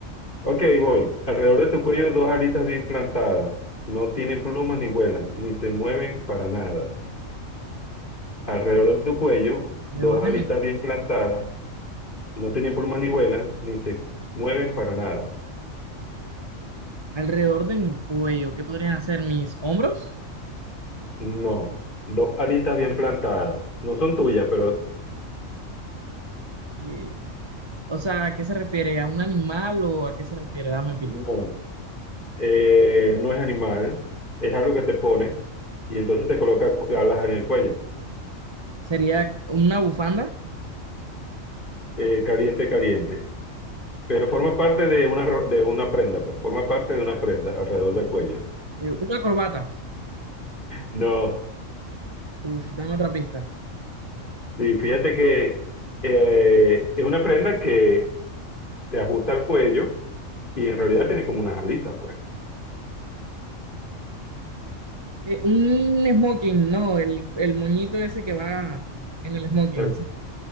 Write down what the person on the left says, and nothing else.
Ok, voy. Alrededor de tu cuello dos alitas bien plantadas. No tienen plumas ni vuelan, ni se mueven para nada. Alrededor de tu cuello,
dos
alitas
bien plantadas. No tienen plumas ni vuelan, ni se mueven para nada.
No, dos alitas bien plantadas. No son tuyas, pero
no. Eh, no es animal, es algo que te pones y entonces te coloca cu- alas en el cuello.
Eh, caliente, caliente. Pero forma parte de una, ro- de una prenda, pues forma parte de una prenda alrededor del cuello.
No,
sí, fíjate que eh, es una prenda que se ajusta al cuello Y en realidad tiene como unas alitas, pues.
Te,